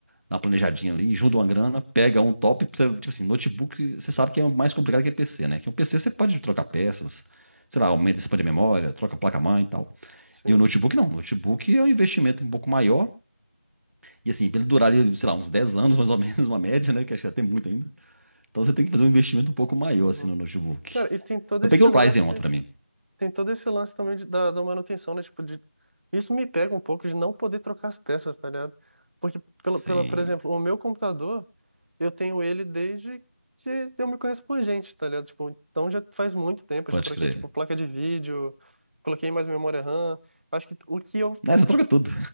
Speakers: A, on the right; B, on the right.
A: na planejadinha ali, junta uma grana, pega um top, pra você- tipo assim, notebook, você sabe que é mais complicado que PC, né? Que um PC você pode trocar peças, sei lá, aumenta, expande a memória, troca a placa-mãe e tal.
B: sim.
A: E o notebook não, o notebook é um investimento um pouco maior, e assim, pra ele durar ali, sei lá, uns 10 anos mais ou <laughs> menos, uma média, né? Que acho que até muito ainda. Então você tem que fazer um investimento um pouco maior,
B: Uhum.
A: assim, no notebook.
B: Cara, e tem todo
A: Eu
B: esse
A: peguei o
B: lance,
A: Ryzen ontem pra mim.
B: tem todo esse lance também de- da, da manutenção, né? Tipo, de, isso me pega um pouco de não poder trocar as peças, tá ligado? Porque, pelo,
A: Sim,
B: pela, por exemplo, o meu computador, eu tenho ele desde que eu me conheço por gente, tá ligado? Tipo, então já faz muito tempo,
A: pode
B: eu já troquei,
A: crer.
B: tipo, placa de vídeo, coloquei mais memória RAM. Acho que o que eu,
A: Né, você troca tudo.